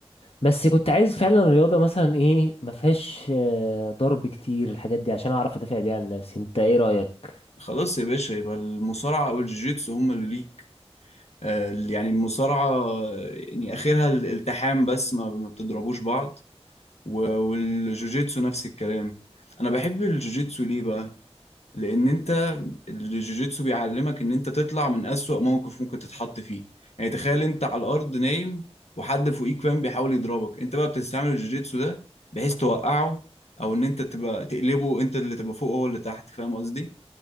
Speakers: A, on the left; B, on the left.
A: بس كنت عايز فعلا رياضة مثلا ايه ما فيهاش آه، ضرب كتير الحاجات دي عشان اعرف ادافع بيها عن نفسي انت ايه رأيك
B: خلاص يا باشا يبقى المصارعة او الجيتسو هم اللي ليك آه، يعني المصارعة آه، يعني اخرها الالتحام بس ما ما بتضربوش بعض و- والجوجيتسو نفس الكلام انا بحب الجوجيتسو ليه بقى لان انت الجوجيتسو بيعلمك ان انت تطلع من اسوأ موقف ممكن تتحط فيه يعني تخيل انت على الارض نايم وحد فوقيك فاهم بيحاول يضربك انت بقى بتستعمل الجوجيتسو ده بحيث توقعه او ان انت تبقى تقلبه انت اللي تبقى فوق هو اللي تحت فاهم قصدي